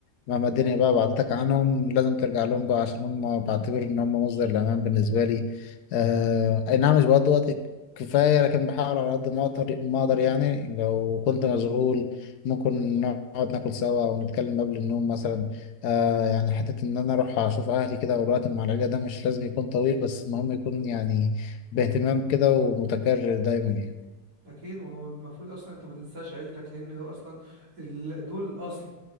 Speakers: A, on the left; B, on the right.
A: مهما الدنيا بقى بعدتك عنهم لازم ترجع لهم بقى عشان هم بعتبر إن هم مصدر الأمان بالنسبة لي آه أي نعم مش بقضي وقت كفاية لكن بحاول على قد ما أقدر ما أقدر يعني لو كنت مشغول ممكن نقعد ناكل سوا ونتكلم قبل النوم مثلا آه يعني حتة إن أنا أروح أشوف أهلي كده والوقت مع العيلة ده مش لازم يكون طويل بس المهم يكون يعني باهتمام كده ومتكرر دايما يعني
B: اكيد ما هو المفروض اصلا انت ما تنساش عيلتك لان هو اصلا ال- دول الاصل